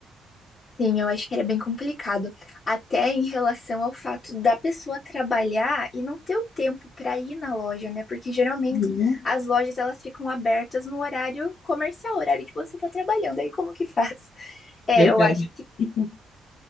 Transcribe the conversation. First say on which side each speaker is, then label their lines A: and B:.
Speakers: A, on the left; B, on the left.
A: Sim, eu acho que era bem complicado, até em relação ao fato da pessoa trabalhar e não ter o tempo pra ir na loja, né? Porque geralmente
B: Uhum,
A: as lojas elas ficam abertas no horário comercial, horário que você tá trabalhando. Aí como que faz? <laughs> É,
B: Verdade.
A: eu acho que
B: <laughs>